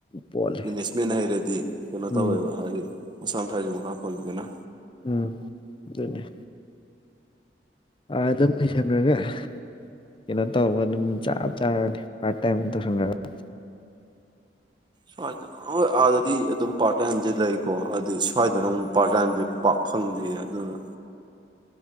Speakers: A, on the left; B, on the right.
A: ꯄꯣꯠꯂꯦ
B: ꯏꯪꯂꯤꯁꯃꯦꯟ ꯍꯩꯔꯗꯤ ꯀꯩꯅꯣ
A: ꯎꯝ
B: ꯇꯧꯋꯦꯕ ꯍꯥꯏꯗꯤ ꯃꯁꯥ ꯃꯁꯥꯁꯨ ꯃꯈꯥ ꯄꯣꯜꯂꯤꯗꯅ
A: ꯎꯝ ꯑꯗꯨꯅ‌ꯦ ꯑ ꯑꯗꯨꯝ ꯐꯤꯁꯟꯈꯔꯒ ꯀꯩꯅꯣ ꯇꯧꯕ ꯑꯗꯨꯝ ꯆꯞ ꯆꯥꯔꯅꯤ ꯄꯥꯔꯠꯇꯥꯏꯝ ꯒꯨꯝ ꯇꯧꯁꯤꯟꯈꯔꯒ
B: ꯁꯋꯥꯏꯗ ꯍꯣꯏ ꯑꯥꯗꯗꯤ ꯑꯗꯨꯝ ꯄꯥꯔꯠ ꯇꯥꯏꯝꯁꯦ ꯂꯩꯀꯣ ꯍꯥꯏꯗꯤ ꯁ꯭ꯋꯥꯏꯗꯅ ꯑꯃꯨꯛ ꯄꯥꯔꯠ ꯇꯥꯏꯝꯁꯦ ꯄꯥꯛ ꯐ ꯐꯪꯗ‌ꯦ ꯑꯗꯨꯅ